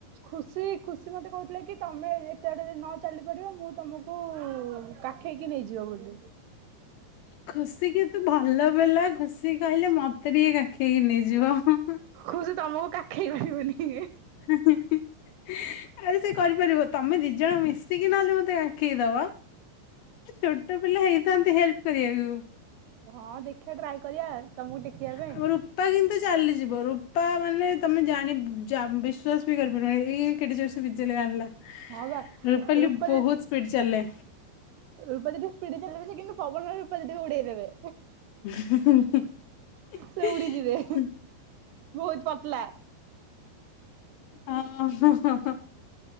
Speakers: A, on the right; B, on the left.
A: ଖୁସି ଖୁସି ମତେ କୋହୁଥିଲେ କି ତମେ ଏତେ ବାଟ ଯଦି ନ ଚାଲିପାରିବ ମୁଁ ତମ କୁ କାଖେଇକି ନେଇଯିବ ବୋଲି।
B: ଖୁସି କିତୁ ଭଲ ପିଲା ଖୁସି କହିଲେ ମତେ ଟିକେ କାଖେଇକି ନେଇଯିବ ହଁ ହଁ।
A: କହୁଚି ତମକୁ କାଖେଇ ପାରିବନି ଇଏ।
B: ହ <inaudible> ଆରେ ସେ କରିପାରିବ ତମେ ଦି ଜଣ ମିଶିକି ନହେଲେ ମତେ କାଖେଇ ଦବ। ଛୋଟ ପିଲା ହେଇଥାନ୍ତି ହେଲପ କରିବାକୁ।
A: ହଁ ଦେଖିବା ଟ୍ରାଏ କରିବା ତମକୁ ଟେକିବା ପାଇଁ।
B: ଆମ ରୂପା କିନ୍ତୁ ଚାଲିଯିବ ରୂପା ମାନେ ତମେ ଜାଣି ଯା ବିଶ୍ଵାସ ବି କରିପାରିବନି ଏଇ କେଡେ ଜୋର ସେ ବିଜେଲ ଆଣିଲା
A: ହଁ ବା
B: ରୁପାଲୀ
A: ରୂପା
B: ବହୁତ
A: ଦି
B: ସ୍ପିଡ ଚାଲେ।
A: ରୂପା ଦିଦି ସ୍ପିଡ଼ ଚାଲିବ ଯେ କିନ୍ତୁ ପବନନା ରୂପା ଦିଦିକୁ ଉଡେଇ ଦେବେ।
B: ହ <inaudible>
A: ସେ ଉଡିଯିବେ ବହୁତ ପତଲା।
B: ଅ ହ ହ ହ।